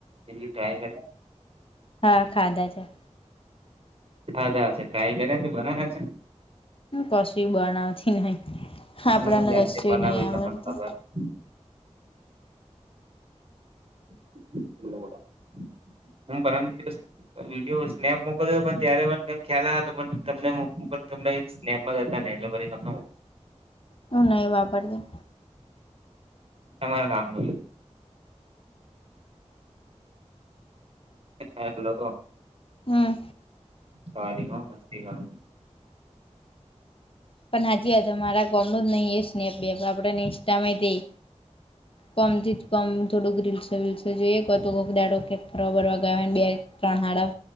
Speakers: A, on the right (about 55°); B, on the left (about 50°).
A: એ ટાઈમ મલે.
B: હા ખાધા છે.
A: ખાધા છે ટ્રાય કર્યા ત બનાવ્યા છે.
B: કશું બનાવતી નહ આપણને
A: હું જાતે
B: કસું
A: બનાવું
B: નહ
A: એટલે
B: આવડતું.
A: મને <inaudible> <unintelligible> વિડીયો સ્નેપ મોકલ દ પણ ત્યારે મને તમ ખ્યાલ આવ તો પણ તમને પણ તમને. <unintelligible>
B: હ નઈ વાપરતી.
A: તમારા ગામ ન. હાલો
B: હમ
A: હાલો <unintelligible>
B: પણ હજીજ મારા કોમનું જ નહીં એ સ્નેપજેપ આપણેને ઈન્સ્ટામાં દઈ. કોમજીટ. કમ થોડુંક રીલસે વીલસે જોઈએ તો કો દાડો ફરવારવા ગયો બે ત્રણ હાડા.